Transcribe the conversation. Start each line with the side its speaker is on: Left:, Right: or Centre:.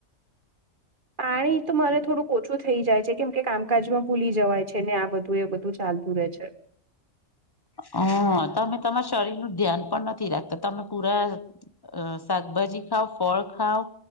Right: પાણી તો મારે થોડુંક ઓછું થઈ જાય છે કેમ કે કામકાજમાં ભૂલી જવાય છે ને આ બધું એ બધું. ચાલતું રહે છે.
Left: હ તમે તમારા શરીર નું ધ્યાન પણ નથી રાખતા તમે પુરા અ શાકભાજી ખાઓ ફળ ખાઓ.